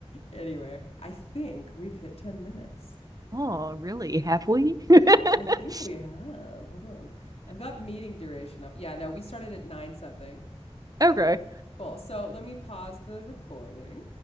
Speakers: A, on the left (about 65°); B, on the right (about 35°).
A: anyway, I think we've hit 10 minutes.
B: oh, really? Have we? <laughs>
A: I think we have. Hold on. I've got meeting duration up. Yeah, no, we started at nine something.
B: okay.
A: Cool. So let me pause the recording.